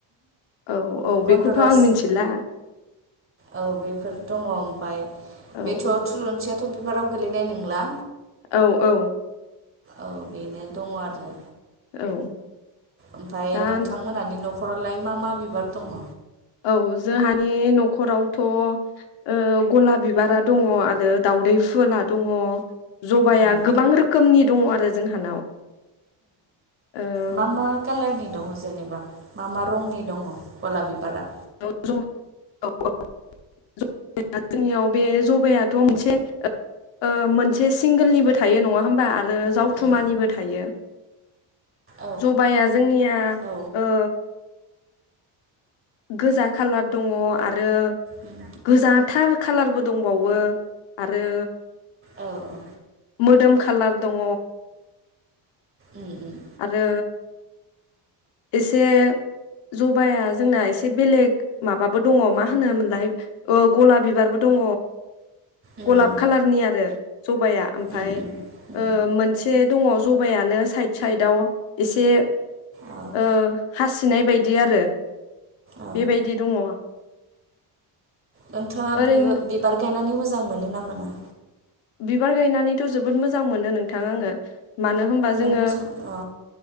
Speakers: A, on the left; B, on the right.
A: औ औ
B: गन्दरास
A: बेखौथ' आं मिथिला
B: औ बेफोर दङ मफाय
A: औ
B: बेथ'
A: औ
B: थुलंनसिया थ' बिबाराव गोलैनाय नोंला।
A: औ औ
B: औ बेनो दङ आरो
A: औ
B: ओमफाय
A: दा
B: नोंथांमोनानि न' न'खरालाय मा मा बिबार दङ?
A: औ जोंहानि न'खरावथ' ओ गलाब बिबारा दङ आरो दाउदै फुला दङ। जबाया
B: उम
A: गोबां रोखोमनि दङ आरो जोंहानाव। ओ
B: मा मा कालारनि? दङ जेनेबा मा मा रंनि दङ गलाब बिबारा?
A: <unintelligible> औ औ जोंनियाव बे जबायाथ' मोनसे ओ मोनसे सिंगोलनिबो थायो नङा होमबा आ आरो जावथुमानिबो
B: उम
A: थायो।
B: औ
A: जबाया जोंनिया
B: औ
A: ओ गोजा खाालार दङ आरो
B: उम
A: गोजाथार खाालारबो दंबावो आरो
B: औ औ
A: मोदोम खालार दङ।
B: उम उम
A: आरो एसे जबाया जोंना एसे बेलेग माबाबो दङ मा होनोमोनलाय ओ गला बिबारबो दङ।
B: उम
A: गलाप खालारनि आरो जबाया ओमफाय
B: उम उम उम
A: ओ मोनसे। दङ जबायानो साइद साइदआव एसे
B: औ
A: ओ हासिनाय बायदि आरो
B: औ
A: बेबायदि दङ।
B: नोंथाङा
A: ओरैनो
B: बिबा-बिबार गायन मोने मोजां मोनो ना मोना?
A: बिबार गायनानैथ' जोबोद मोजां मोनो नोंथां आङो। मानो होमबा जोङो।
B: नोंथां औ